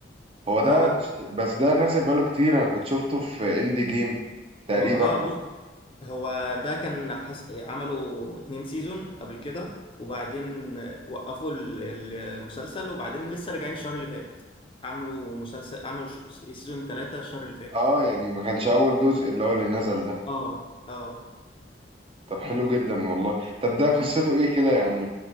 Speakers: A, on the right; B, on the left.
A: هو ده
B: هو ده
A: بس, بس ده نازل بقاله كتير انا كنت شفته في اندي جيم تقريبا
B: ما ه- اه بص
A: او
B: هو ده كان حس... عملوا اتنين سيزون قبل كده وبعدين وقفوا ال- المسلسل وبعدين لسه راجعين الشهر اللي فات عملوا مسلسل عملوا ش- سيزون ثلاثة الشهر اللي فات
A: اه يعني ما كانش اول جزء اللي هو اللي نزل ده
B: اه اه
A: طب حلو جدا والله طب ده قصته
B: أنصح-
A: ايه كده يعني